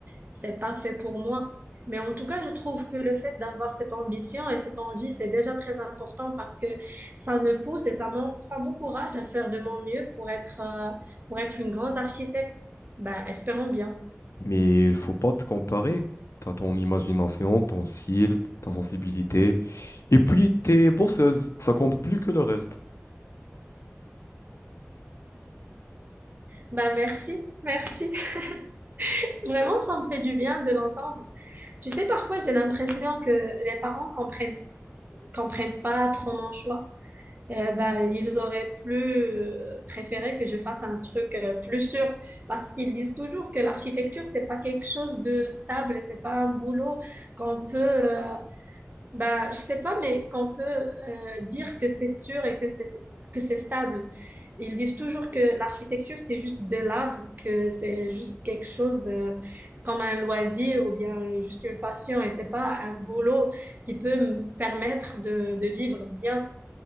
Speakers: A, on the right; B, on the left.
A: c'est pas fait pour moi? Mais en tout cas, je trouve que le fait d'avoir cette ambition et cette envie, c'est déjà très important parce que ça me pousse et ça m'en- ça m'encourage à faire de mon mieux pour être, euh, pour être une grande architecte. Bah, espérons bien.
B: Mais il faut pas te comparer. T'as ton imagination, ton style, ta sensibilité. Et puis t'es bosseuse. Ça compte plus que le reste.
A: Bah, merci, merci. <laughs> Vraiment, ça me fait du bien de l'entendre. Tu sais, parfois, j'ai l'impression que mes parents comprennent, comprennent pas trop mon choix. euh, ben, ils auraient plus euh, préféré que je fasse un truc euh, plus sûr parce qu'ils disent toujours que l'architecture, c'est pas quelque chose de stable, et c'est pas un boulot qu'on peut, euh, ben, je sais pas, mais qu'on peut euh, dire que c'est sûr et que c'est que c'est stable. Ils disent toujours que l'architecture, c'est juste de l'art, que c'est juste quelque chose euh, comme un loisir ou bien juste une passion et c'est pas un boulot qui peut me permettre de, de vivre bien.